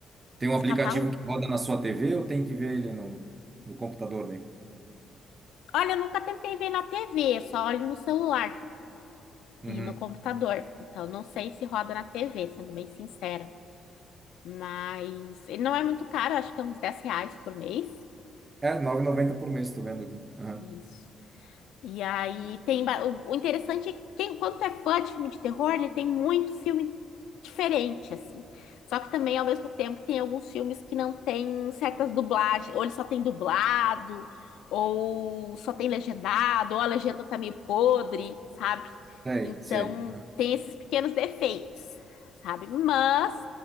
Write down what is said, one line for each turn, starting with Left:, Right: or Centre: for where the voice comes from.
Right: tem um aplicativo
Left: No catálogo?
Right: que roda na sua TV ou tem que ver ele no, no computador dele?
Left: Olha, eu nunca tentei ver na TV, só olho no celular
Right: Uhum.
Left: e no computador. Então, não sei se roda na TV, sendo bem sincera. Mas ele não é muito caro, acho que é uns 10 reais por mês.
Right: É, nove e noventa por mês, estou vendo aqui. Aham.
Left: Isso. E aí tem. ba- O, o interessante é que quem, quando tu é fã de filme de terror, ele tem muito filme diferente, assim. Só que também, ao mesmo tempo, tem alguns filmes que não tem certas dublagens, ou ele só tem dublado, ou só tem legendado, ou a legenda tá meio podre, sabe?
Right: Sei,
Left: Então
Right: sei. Aham.
Left: tem esses pequenos defeitos, sabe? Mas